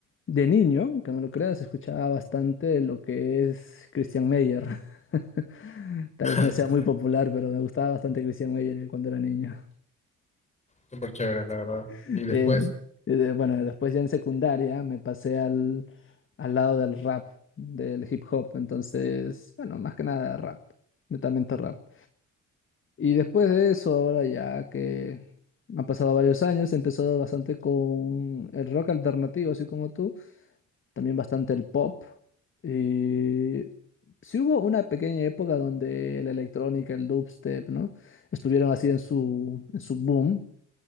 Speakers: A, on the left; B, on the left.
A: de niño, que no lo creas, escuchaba bastante lo que es Christian Meyer. <laughs> Tal
B: Ah,
A: vez no sea
B: Cristian,
A: muy popular,
B: güey.
A: pero me gustaba bastante Christian Meyer eh, cuando era niño.
B: Súper chévere, la verdad.
A: <laughs>
B: Y después,
A: Eh, eh, de- bueno, después ya en secundaria me pasé al, al lado del rap, del hip hop. Entonces, bueno, más que nada rap, netamente rap. Y después de eso, ahora ya que han pasado varios años, he empezado bastante con el rock alternativo, así como tú, también bastante el pop. Y sí hubo una pequeña época donde la electrónica, el dubstep, ¿no? Estuvieron así en su, en su boom